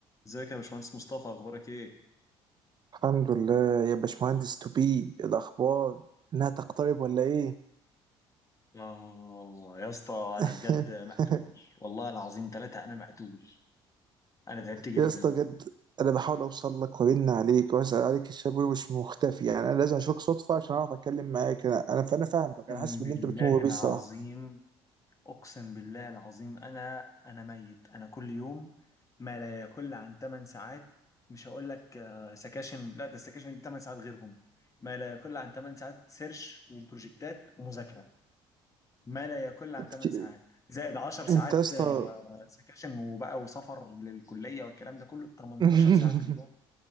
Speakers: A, on the left; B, on the right.
A: ازيك يا باشمهندس مصطفى اخبارك ايه؟
B: الحمد لله يا باشمهندس توبي الاخبار انها تقترب ولا ايه
A: اه يا اسطى
B: <laughs>
A: انا بجد مقتول والله العظيم ثلاثة انا مقتول انا تعبت جدا
B: يا اسطى بجد انا بحاول اوصل لك وارن عليك واسال عليك الشاب مش مختفي يعني انا لازم اشوفك صدفه عشان اعرف اتكلم معاك انا انا فانا فاهمك
A: اقسم
B: انا حاسس
A: بالله
B: باللي انت بتمر بيه
A: العظيم
B: الصراحه
A: اقسم بالله العظيم انا انا ميت انا كل يوم ما لا يقل عن 8 ساعات مش هقول لك آه، سكاشن لا ده السكاشن دي 8 ساعات غيرهم ما لا يقل عن 8 ساعات سيرش وبروجكتات ومذاكرة ما لا يقل عن 8
B: كتير
A: ساعات زائد 10 ساعات
B: انت يا اسطى
A: آه، سكاشن وبقى وسفر للكلية والكلام ده كله 18
B: <laughs>
A: ساعة في اليوم